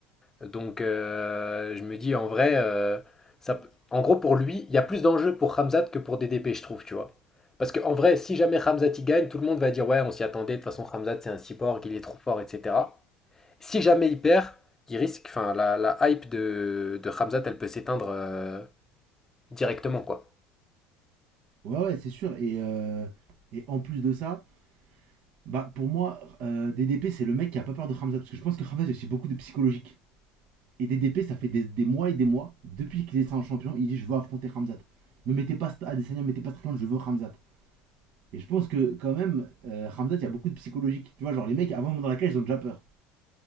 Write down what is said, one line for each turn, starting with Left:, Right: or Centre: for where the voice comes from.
Left: Donc euh, je me dis en vrai, euh, ça, p- en gros pour lui, il y a plus d'enjeux pour Hamzat que pour DDP, je trouve, tu vois. Parce qu'en vrai, si jamais Hamzat il gagne, tout le monde va dire ouais, on s'y attendait, de toute façon Hamzat c'est un cyborg, il est trop fort, etc. Si jamais il perd, il risque, enfin la, la hype de, de Hamzat, elle peut s'éteindre euh, directement, quoi.
Right: Ouais, ouais, c'est sûr. Et, euh, et en plus de ça, bah, pour moi, euh, DDP, c'est le mec qui a pas peur de Hamza. Parce que je pense que Hamza, il y a aussi beaucoup de psychologique. Et DDP, ça fait des, des mois et des mois, depuis qu'il est ça en champion, il dit Je veux affronter Hamzat. Ne mettez pas St- Adesanya, ne mettez pas Strickland, je veux Hamzat. Et je pense que, quand même, euh, Hamzat, il y a beaucoup de psychologique. Tu vois, genre, les mecs, avant de monter dans la cage, ils ont déjà peur.